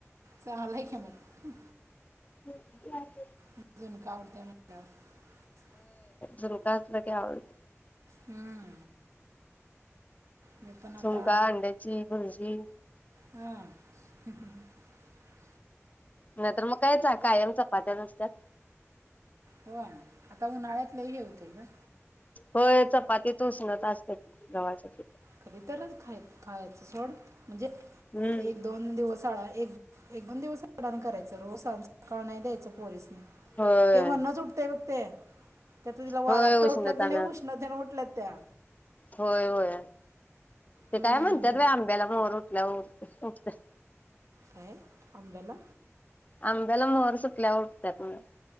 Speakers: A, on the right (about 75°); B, on the left (about 30°).
A: चांल्हांय कि मग, हम्
B: <unintelligible>
A: अजून का आवडतंय म्हटल्यावर
B: जनुकातलं क्याळ
A: हम्म मी पण आता
B: झुणका, अंड्याची भुर्जी
A: हां <unintelligible>
B: नाही तर मग काय चा कायमचा पातळ असत्यात
A: हो आना, आता उन्हाळ्यात लई हे हुतंय गं
B: होय, चपाती तो सुणत असतोय गव्हासाठी
A: कधी तरच खायचं सोड म्हणजे
B: हम्म
A: एक-दोन दिवसा आळा एक एक-दोन दिवस <unintelligible> करायचं, रोज संस्कार नाय द्यायचं पोरीसनी
B: होय
A: ते म्हणूच उठतंय बग ते त्यात तिला
B: होय
A: वाराफोड्या
B: उष्णता
A: उटल्यात क
B: ना
A: नाय उष्णतेन उटल्यात त्या
B: होय होय ते
A: हम्म,
B: काय म्हणतात बाई आंब्याला मोहोर <inaudible>
A: काय आंब्याला
B: आंब्याला मोहर सुटल्यावर उठत्यात म्हण